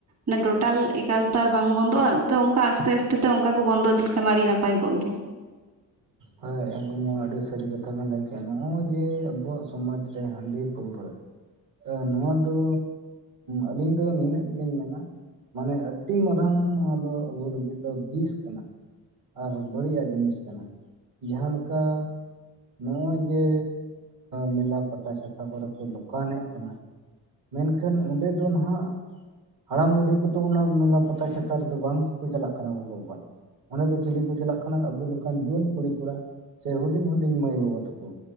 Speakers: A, on the right; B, on the right.
A: ᱢᱟᱱᱮ ᱴᱚᱴᱟᱞ ᱮᱠᱟᱞ ᱛᱚ ᱟᱨ ᱵᱟᱝ ᱵᱚᱱ ᱫᱚᱜᱼᱟ ᱛᱚ ᱚᱱᱠᱟ ᱟᱥᱛᱮ ᱟᱥᱛᱮ ᱛᱮ ᱚᱱᱠᱟ ᱠᱚ ᱵᱚᱱᱫᱚ ᱤᱫᱤ ᱞᱮᱠᱷᱟᱱ ᱢᱟ ᱟᱹᱰᱤ ᱱᱟᱯᱟᱭ ᱠᱚᱜ ᱜᱮᱭᱟ
B: ᱦᱚᱭ ᱟᱵᱮᱱ ᱢᱟ ᱟᱹᱰᱤ ᱥᱟᱹᱨᱤ ᱠᱟᱛᱷᱟ ᱵᱤᱱ ᱞᱟᱹᱭ ᱠᱮᱫ ᱱᱚᱜᱼᱚᱭ ᱡᱮ ᱟᱵᱚᱣᱟᱜ ᱥᱚᱢᱟᱡᱽ ᱨᱮ ᱦᱟᱺᱰᱤ ᱯᱟᱹᱣᱨᱟᱹ ᱱᱚᱣᱟ ᱫᱚ ᱟᱹᱞᱤᱧ ᱫᱚ ᱱᱤᱱᱟᱹᱜ ᱜᱮᱞᱤᱧ ᱢᱮᱱᱟ ᱢᱟᱱᱮ ᱟᱹᱰᱤ ᱢᱟᱨᱟᱝ ᱱᱚᱣᱟ ᱫᱚ ᱟᱵᱚ ᱞᱟᱹᱜᱤᱫ ᱫᱚ ᱵᱤᱥ ᱠᱟᱱᱟ ᱟᱨ ᱵᱟᱹᱲᱤᱡ ᱟᱜ ᱡᱤᱱᱤᱥ ᱠᱟᱱᱟ ᱡᱟᱦᱟᱸ ᱞᱮᱠᱟ ᱱᱚᱜ ᱚᱭ ᱡᱮ ᱢᱮᱞᱟ ᱯᱟᱛᱟ ᱪᱷᱟᱛᱟ ᱠᱚᱨᱮ ᱠᱚ ᱫᱚᱠᱟᱱᱮᱜ ᱠᱟᱱᱟ ᱢᱮᱱ ᱠᱷᱟᱱ ᱚᱸᱰᱮ ᱫᱚ ᱱᱟᱦᱟᱜ ᱦᱟᱲᱟᱢ ᱵᱩᱰᱷᱤ ᱠᱚᱫᱚ ᱚᱱᱟ ᱢᱮᱞᱟ ᱯᱟᱛᱟ ᱪᱷᱟᱛᱟ ᱨᱮᱫᱚ ᱵᱟᱝᱠᱚ ᱪᱟᱞᱟᱜ ᱠᱟᱱᱟ ᱜᱚᱜᱚᱼᱵᱟᱵᱟ ᱚᱸᱰᱮ ᱫᱚ ᱪᱤᱞᱤ ᱠᱚ ᱪᱟᱞᱟᱜ ᱠᱟᱱᱟ ᱟᱵᱚ ᱞᱮᱠᱟᱱ ᱡᱩᱣᱟᱹᱱ ᱠᱩᱲᱤ ᱥᱮ ᱦᱩᱰᱤᱧ ᱦᱩᱰᱤᱧ ᱢᱟᱹᱭ ᱵᱟᱹᱵᱩ ᱛᱟᱠᱚ